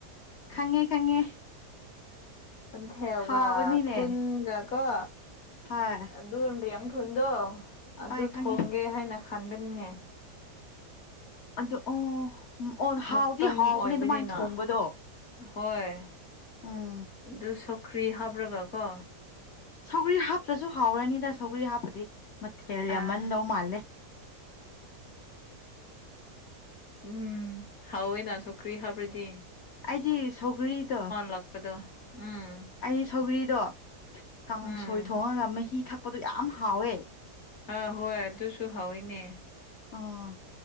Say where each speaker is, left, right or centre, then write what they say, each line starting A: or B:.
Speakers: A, on the left; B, on the left.
A: ꯈꯪꯉꯦ ꯈꯪꯉꯦ
B: ꯑꯣꯊ ꯌꯒ
A: ꯍꯥꯎꯕꯅꯤꯅꯦ
B: ꯊꯨꯟꯒ ꯀꯣ
A: ꯍꯣꯏ
B: ꯑꯗꯨ ꯌꯥꯡꯊꯨꯗꯣ ꯑꯗꯨ
A: ꯍꯣꯏ ꯈꯪꯉꯦ
B: ꯊꯣꯡꯒꯦ ꯍꯥꯏꯅ ꯈꯟꯕ ꯄꯨꯟꯅ
A: ꯑ ꯑꯣ ꯑꯣ ꯍꯥꯎꯗꯤ
B: ꯃꯇꯝ
A: ꯍꯥꯎꯕꯅꯦ
B: ꯑꯣꯏꯕꯅꯤꯅ
A: ꯑꯗꯨꯃꯥꯏꯅ ꯊꯣꯡꯕꯗꯣ
B: ꯍꯣꯏ
A: ꯎꯝ
B: ꯑꯗꯨ ꯁꯧꯀ꯭ꯔꯤ ꯍꯥꯞꯄ꯭ꯔꯒ ꯀꯣ
A: ꯁꯧꯒ꯭ꯔꯤ ꯍꯥꯞꯇ꯭ꯔꯁꯨ ꯍꯥꯎꯔꯅꯤꯗ ꯁꯧꯒꯔꯤ ꯍꯥꯞꯄꯗꯤ ꯃꯊꯦꯜ ꯌꯥꯝꯃꯟꯗꯧ
B: ꯑꯥ
A: ꯃꯥꯜꯂꯦ
B: ꯎꯝ ꯍꯥꯎꯋꯦꯅ ꯁꯣꯀ꯭ꯔꯤ ꯍꯥꯕ꯭ꯔꯗꯤ
A: ꯑꯩꯗꯤ ꯁꯧꯒ꯭ꯔꯤꯗꯣ
B: ꯂꯥꯛꯄꯗꯣ ꯎꯝ
A: ꯑꯩꯗꯤ ꯁꯧꯒ꯭ꯔꯤꯗꯣ ꯀꯥꯡꯁꯣꯏ
B: ꯎꯝ
A: ꯊꯣꯡꯉꯒ ꯃꯍꯤ ꯊꯛꯄꯗꯣ ꯌꯥꯝ ꯍꯥꯎꯋꯦ
B: ꯑꯥ ꯍꯣꯏ ꯑꯗꯨꯁꯨ ꯍꯧꯋꯏꯅꯦ
A: ꯑ